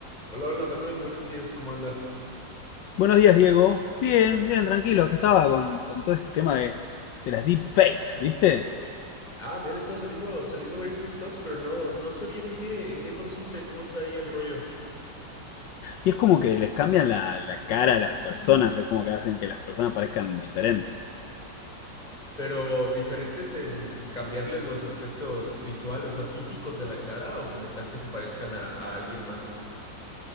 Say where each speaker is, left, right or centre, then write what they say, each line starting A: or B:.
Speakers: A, on the left; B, on the left.
A: Hola, hola Manuel, buenos días, ¿cómo andas?
B: Buenos días, Diego. Bien, bien, tranquilo. Acá estaba con, con todo este tema de, de las deepfakes, ¿viste?
A: Ah, mira, está saliendo, saliendo varios TikToks, pero no, no sé bien en qué, en qué consiste, cómo está ahí el rollo.
B: Y es como que les cambian la, la cara a las personas, es como que hacen que las personas parezcan diferentes.
A: Pero diferentes en cambiarles los aspectos visuales, o sea, físicos de la cara o como tal que se parezcan a, a alguien más.